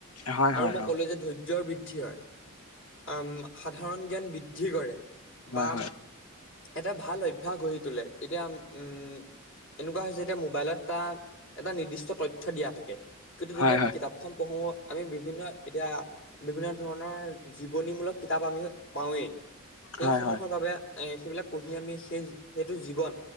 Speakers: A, on the left; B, on the left.
A: হয় হয় অ উম হয় হয় হয়
B: আৰু মই
A: অ
B: ক'লো যে ধৈৰ্যৰ বৃদ্ধি হয় উম সাধাৰণ জ্ঞান বৃদ্ধি কৰে
A: হয়
B: বা
A: হয়
B: এটা ভাল অভ্যাস গঢ়ি তোলে এতিয়া উম এনেকুৱা হৈছে এতিয়া মোবাইলত এটা এটা নিৰ্দিষ্ট তথ্য দিয়া থাকে কিন্তু
A: হয়
B: যদি আমি
A: হয়
B: কিতাপ খন পঢ়ো আমি বিভিন্ন এতিয়া বিভিন্ন ধৰণৰ জীৱনীমূলক কিতাপ আমি পাওঁৱেই সেই
A: হয়
B: সমূহৰ
A: হয়
B: বাবে এ সেইবিলাক পঢ়ি আমি সেই সেইটো জীৱন